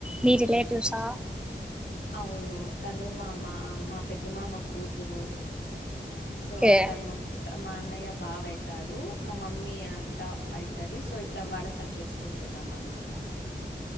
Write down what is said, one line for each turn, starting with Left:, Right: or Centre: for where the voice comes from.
Centre: మీ రిలేటివ్స్ ఆ
Left: అవును తను మామ మా పెద్ద మామ కూతురు సో
Centre: ఓకే
Left: తను కదా మా అన్నయ్య బావ అయితాడు, మా మమ్మీ అత్త అయితది, సో ఇట్లా వరుస చేసుకుంటున్నాం అన్నమాట